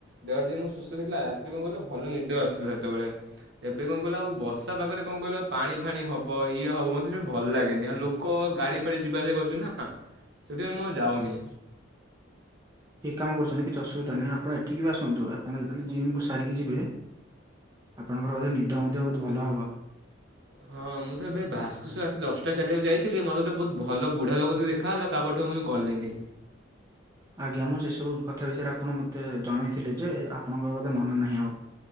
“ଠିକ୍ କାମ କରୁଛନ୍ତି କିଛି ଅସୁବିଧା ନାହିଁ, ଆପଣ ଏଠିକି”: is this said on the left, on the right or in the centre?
Right